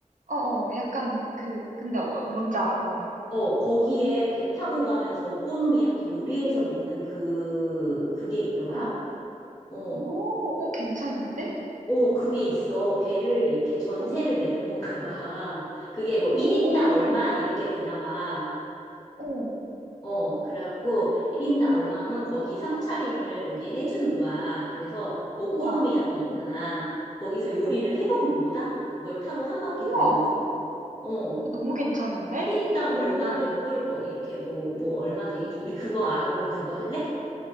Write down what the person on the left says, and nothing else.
어, 거기에 배 타고 가면서 오코노미야끼 요리해서 먹는 그, 그게 있더라?
어,
어, 그게 있어. 배를 이렇게 전세를
내는 건가 봐. <laughs> 그게 뭐
1인당 얼마? 이렇게 되나 봐.
어, 그래갖고 1인당 얼마 하면 거기 상차림을 거기에 해주는 거야. 그래서 오코노미야끼
있잖아.
거기서 요리를
해 먹는 거다? 그걸 타고 한 바퀴
돌면서? 어.
1인당
얼마, 몇 불, 뭐, 이렇게 뭐, 뭐, 얼마 되겠지. 우리 그거 알아보고 그거 할래?